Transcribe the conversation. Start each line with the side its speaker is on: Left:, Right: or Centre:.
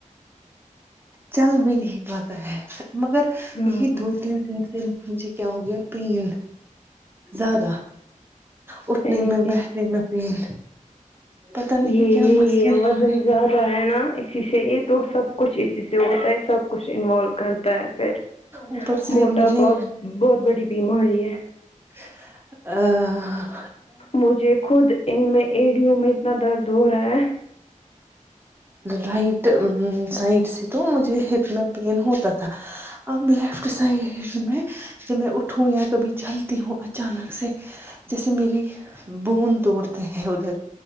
Right: چل بھی نہیں پات ہے مگر
Left: ہاں
Right: یہی دو تین دن ن مجھے کیا ہو گیا پین زیادہ اٹھنے
Left: یہی
Right: میں بیٹھنے میں پین پتا نہیں
Left: یہ
Right: کیا
Left: یہی
Right: مسئلے
Left: وزن
Right: ہوئے
Left: زیادہ ہے نا اسی سے یہ تو سب کچھ اسی سے ہوتا ہے سب کچھ انوالو کرتا ہے پھر
Right: اوپر سے
Left: موٹا
Right: مجھے
Left: پا بہت بڑی بیماری ہے
Right: آ
Left: مجھے خود ان میں ایڑیوں میں اتنا درد ہو رہا ہے
Right: رائٹ سائڈ سے تو مجھے ہپ میں پین ہوتا تھا اب لیفٹ سائڈ ہپ میں جب میں اٹھوں یا کبھی چلتی ہوں اچانک سے جیسے میری بون توڑدے ادھر